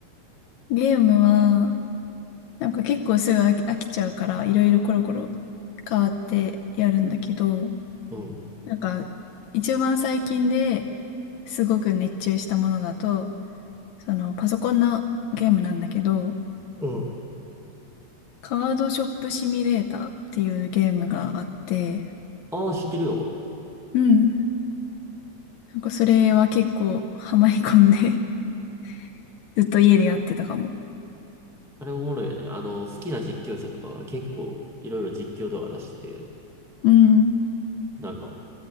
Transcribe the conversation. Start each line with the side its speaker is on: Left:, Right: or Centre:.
Left: ゲームは、なんか結構すぐ飽き、飽きちゃうから、いろいろコロコロ変わってやるんだけど、
Centre: うん。
Left: なんか、一番最近ですごく熱中したものだと、その、パソコンのゲームなんだけど、
Centre: うん。
Left: カードショップシミュレーターっていうゲームがあって、
Centre: ああ、知ってるよ。
Left: うん。なんかそれは結構ハマり込んで <laughs> ずっと家でやってたかも。
Centre: あれおもろいよね。あの、好きな実況者とかは結構いろいろ実況動画出してて、
Left: うん。
Centre: なんか、